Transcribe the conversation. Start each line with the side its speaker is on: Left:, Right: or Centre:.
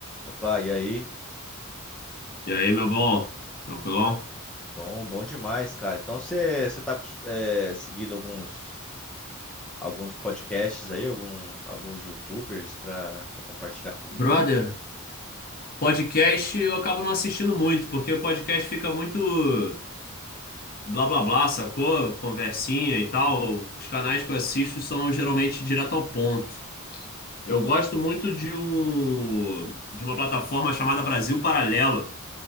Centre: Opa, e aí?
Left: E aí, meu bom? Tranquilão?
Centre: Bom, bom demais, cara. Então você você tá é, seguindo alguns alguns podcasts aí, algum, alguns YouTubers pra pra compartilhar comigo
Left: Brother,
Centre: aí?
Left: podcast eu acabo não assistindo muito, porque o podcast fica muito blá blá blá, sacou? Conversinha e tal. Os canais que eu assisto são geralmente direto ao ponto. Eu gosto muito de um de uma plataforma chamada Brasil Paralelo.